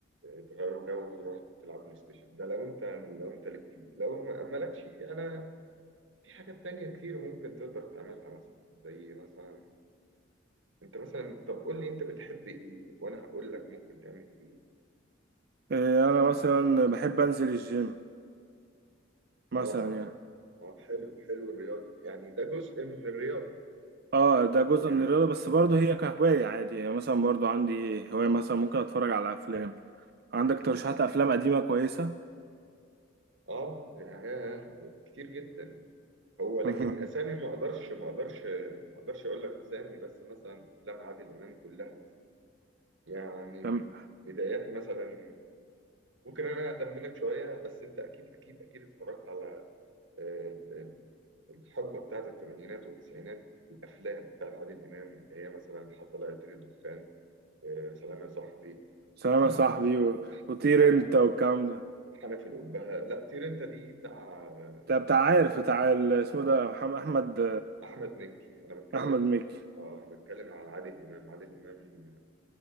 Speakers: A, on the right; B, on the right.
A: تغيروا جو وتروحوا تلعب بلاي ستيشن ده لو انت يعني لو انت ليك فيه لو ما- مالكش انا في حاجات تانية كتير ممكن تقدر تعملها مثلا زي مثلا انت مثلا طب قول لي انت بتحب ايه وانا هقول لك ممكن تعمل فيه إيه.
B: إيه، أنا مثلا بحب أنزل الجيم مثلا
A: اه
B: يعني.
A: اه حلو حلو الرياضة يعني ده جزء من الرياضة
B: اه ده جزء
A: يعني
B: من الرياضة بس برضه هي كهواية عادي يعني مثلا برضه عندي هواية مثلا ممكن اتفرج على افلام عندك
A: مم.
B: ترشيحات افلام قديمة كويسة
A: اه يعني كتير جدا هو لكن
B: <laughs>
A: اسامي ما اقدرش ما اقدرش ما اقدرش اقول لك اسامي بس مثلا افلام عادل امام كلها مثلا يعني من
B: تمام.
A: بدايات مثلا ممكن انا اقدم منك شوية بس انت اكيد اكيد اكيد اتفرجت على ال- ال- الحقبة بتاعت الثمانينات والتسعينات الأفلام بتاعت عادل إمام اللي هي مثلا حتى لا يطير الدخان آه، سلام يا صاحبي
B: سلام
A: آه،
B: يا صاحبي و- وطير
A: ح-
B: انت والكلام ده
A: حنف الأبهة لا طير أنت دي بتاع آه،
B: بتاع بتاع عارف بتاع ال- اسمه ده محمد احمد
A: أحمد مكي أنا بتكلم
B: احمد مكي
A: آه أنا بتكلم على عادل إمام عادل إمام